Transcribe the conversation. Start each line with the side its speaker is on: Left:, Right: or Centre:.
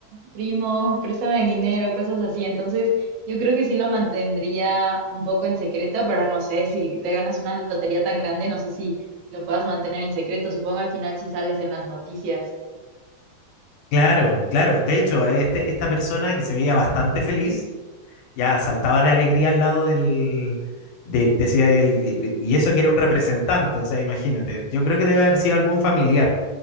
Right: primo, préstame dinero, cosas así. Entonces, yo creo que sí lo mantendría un poco en secreto, pero no sé si te ganas una lotería tan grande, no sé si lo puedas mantener en secreto. Supongo al final si sales en las noticias.
Left: Claro, claro. De hecho, este, esta persona que se veía bastante feliz, ya saltaba de alegría al lado del, de- decía él, y y eso que era un representante, o sea, imagínate, yo creo que debe haber sido algún familiar